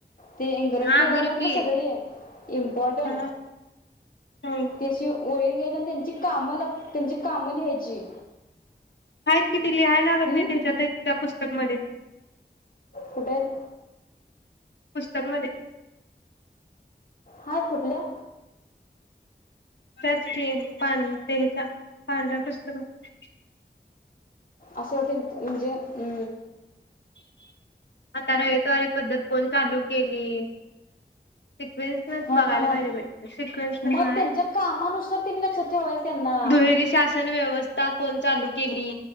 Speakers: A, on the left (about 50°); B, on the left (about 85°).
A: ते इंगरज
B: हा
A: गवर
B: बोल
A: आहेत
B: की
A: बघ सगळी इम्पॉटंट
B: हा हो
A: ती अशी वही घ्यायची आणि त्यांची काम लक त्यांची कामं लिहायची.
B: हायात कि ति लिहाय लागत
A: हं?
B: नाही त्याच्यात त्या पुस्तक मध्ये
A: फुटलं
B: पुस्तक मध्ये
A: हायत कुठल्या?
B: त्याच की ते हेच्या च्या पांढऱ्या पुस्तकात.
A: असं होत म्हणजे अ
B: आता रयतवारी पद्धत कोण चालू केली. प्रिन्स नेस
A: हां
B: बघायला
A: हां हां
B: पाहिजे बाई. सिकवेन्स न
A: मग
B: हाय
A: त्यांच्या कामानुसार त्यांनी लक्षात ठेवायचं त्यांना
B: दुहेरी शासन व्यवस्था फोन चालू केली.